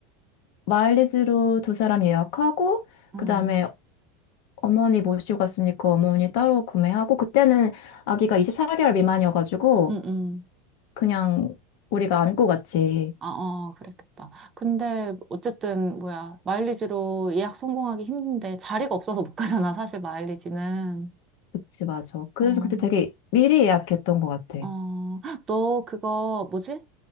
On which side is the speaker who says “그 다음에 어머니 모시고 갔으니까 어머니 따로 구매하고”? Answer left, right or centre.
Left